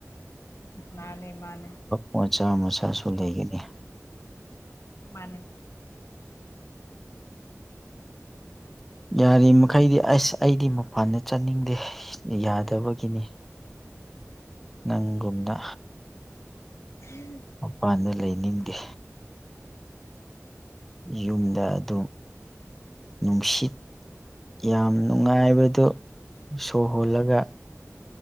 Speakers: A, on the left; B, in the centre.
A: ꯃꯥꯅꯦ ꯃꯥꯅꯦ
B: ꯑꯣꯖꯥ ꯃꯁꯥꯁꯨ ꯂꯩꯒꯅꯤ
A: ꯃꯥꯅꯦ
B: ꯌꯥꯔꯤꯃꯩꯗꯤ ꯑꯁ ꯑꯩꯗꯤ ꯃꯄꯥꯟꯗ ꯆꯠꯅꯤꯡꯗꯦ ꯌꯥꯗꯕꯒꯤꯅꯤ ꯅꯪꯒꯨꯝꯗ
A: ꯎꯝ
B: ꯃꯄꯥꯟꯗ ꯂꯩꯅꯤꯡꯗꯦ ꯌꯨꯝꯗ ꯑꯗꯨꯝ ꯅꯨꯡꯁꯤꯠ ꯌꯥꯝ ꯅꯨꯡꯉꯥꯏꯕꯗꯣ ꯁꯣꯍꯣꯜꯂꯒ